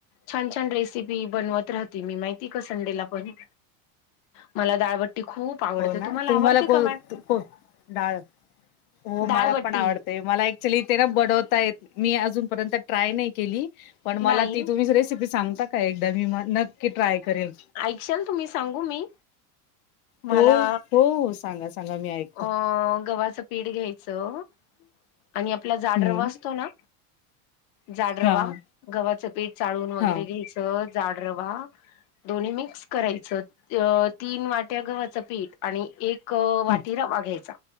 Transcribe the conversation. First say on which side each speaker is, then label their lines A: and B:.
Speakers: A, on the left; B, on the left.
A: छान छान रेसिपी बनवत राहते मी, माहिती का संडेला पण. मला दाळबट्टी खूप आवडते
B: हो ना तुम्हाला
A: आवडते
B: को-को
A: का मॅम
B: डाळ हो
A: दाळबट्टी
B: मला पण आवडते. मला ऍक्च्युली ते ना बडवता येत मी अजूनपर्यंत ट्राय नाही केली. पण
A: नाही
B: मला ती तुम्हीच रेसिपी सांगता का एकदा मी मं नक्की ट्राय करेल.
A: आईकशाल तुम्ही सांगू मी? मला
B: हो हो सांगा सांगा मी ऐकं
A: अ गव्हाचं पीठ घ्यायचं आणि आपला जाड
B: हम्म
A: रवा असंतो ना? जाड रवा,
B: हा
A: गव्हाचं पीठ चाळून वगैरे
B: हा हं
A: घ्यायचं, जाड रवा दोन्ही मिक्स करायच. अ तीन वाट्या गव्हाचं पीठ आणि एक अ
B: हं
A: टी रवा घ्यायचा,